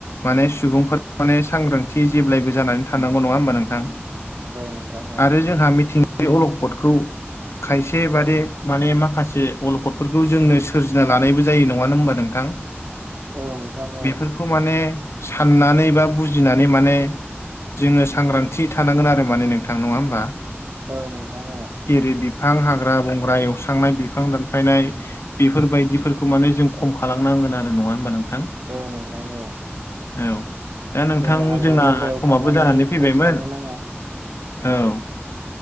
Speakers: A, on the left; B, on the right.
A: माने सुबुंफोर माने सांग्रांथि जेब्लायबो जानानै थानांगौ नङा होमबा नोंथां
B: नोंथां औ
A: आरो जोंहा मिथिंगानि अलखदखौ खायसे बादि माने माखासे अलखदफोरखौ जोंनो सोरजिना लानायबो जायो नङानो होमबा नोंथां
B: औ नोंथां औ
A: बेफोरखौ माने साननानै बा बुजिनानै माने जोङो सांग्रांथि थानांगोन आरो माने नोंथां नङा होमबा
B: औ नोंथां
A: जेरै बिफां हाग्रा बंग्रा एवस्रांनाय बिफां दानफायनाय बेफोरबायदिफोरखौ माने जों खम खालामनांगोन आरो नङा होमबा नोंथां
B: औ नोंथां औ
A: औ दा नोंथां
B: जोङो हाग्रा
A: जोंना
B: बंग्रायाव
A: समाबो
B: थांनानै
A: जानानै फैबायमोन
B: अर सावनो नाङा
A: औ